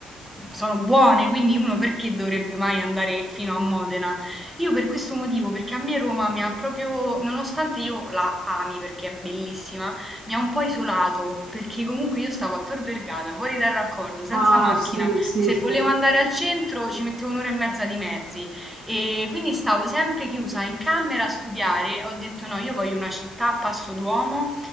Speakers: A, in the centre; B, on the right (about 45°).
A: sono buone, quindi uno perché dovrebbe mai andare fino a Modena? Io per questo motivo, perché a me Roma mi ha proprio, nonostante io la ami perché è bellissima, mi ha un po' isolato, perché comunque io stavo a Tor Vergata, fuori dal raccordo, senza
B: Ah,
A: macchina.
B: sì, sì,
A: Se
B: sì.
A: volevo andare al centro ci mettevo un'ora e mezza di mezzi. E quindi stavo sempre chiusa in camera a studiare, ho detto no, io voglio una città a passo d'uomo